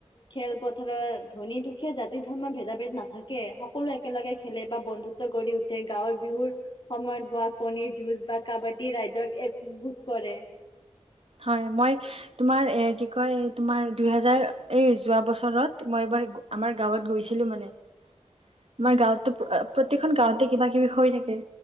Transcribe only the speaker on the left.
খেল পথাৰৰ ধনী দুখীয়া জাতি ধৰ্মৰ ভেদা ভেদ নাথাকে সকলো একেলগে খেলে বা বন্ধু গঢ়ি উঠে, গাঁৱৰ বিহুৰ সময়ত হোৱা কণীৰ যুঁজ বা কাবা্ডীয়ে ৰাইজক একগোট কৰে।